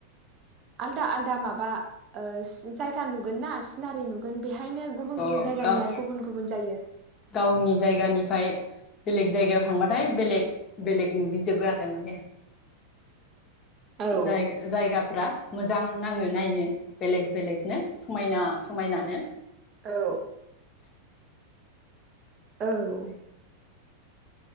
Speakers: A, on the right; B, on the left.
A: आलदा आलदा माबा जायगा नुगोन ना सिनारि नुगोन बेहायनो गुबुन
B: अ
A: गुबुन जायगानिया
B: गाव
A: गुबुन गुबुन जायो
B: गावनि जायगानिफ्राय बेलेग जायगायाव थांबाथाय बेलेग बेलेग नुहैजोबो आरो माने
A: औ
B: जाय जायगाफ्रा मोजां नाङो नायनो बेलेग बेलेगनो समायना समायनानो
A: औ औ